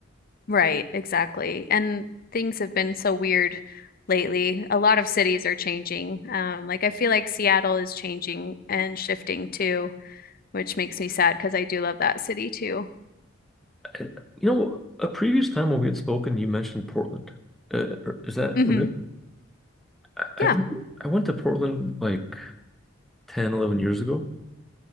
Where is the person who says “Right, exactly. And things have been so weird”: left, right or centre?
Left